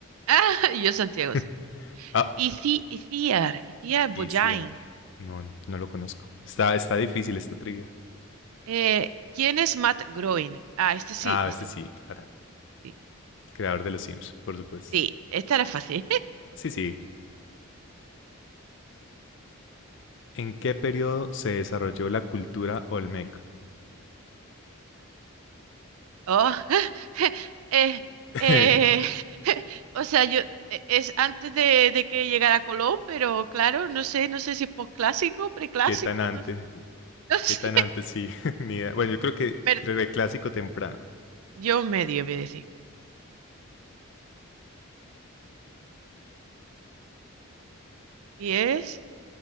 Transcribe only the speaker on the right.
Ah, <laughs> yo Santiago
Segura.
Ici- Iciar, Iciar Boyain.
Eh, ¿quién es Matt Groening? Ah, este sí,
este
sí.
Sí, esta era fácil.
Oh, <laughs> eh,
eh, <laughs> o sea, yo e- es antes de, de que llegara Colón, pero claro, no sé, no sé si es posclásico, preclásico,
no, <laughs> no sé.
Mer-
yo medio voy a decir. ¿Y es?